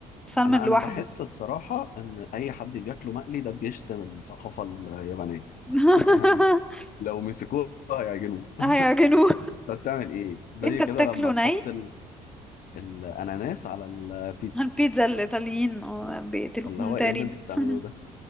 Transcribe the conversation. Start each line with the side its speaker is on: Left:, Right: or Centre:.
Centre: السلمون
Left: أنا
Centre: لوحده
Left: أنا بحس الصراحة إن أي حد بياكله مقلي ده بيشتم الثقافة اليابانية
Centre: <laughs>
Left: <laughs> يعني لو مسكوه هيعجنوه
Centre: هيعجنوه
Left: أنت بتعمل إيه؟ زي
Centre: انت بتاكله
Left: كده لما تحط
Centre: ني
Left: الاناناس على البيتزا
Centre: البيتزا الإيطاليين آه، بيقتلوهم
Left: فاللي هو
Centre: تقريبا
Left: ايه اللي انتوا بتعملوه
Centre: <laughs>
Left: ده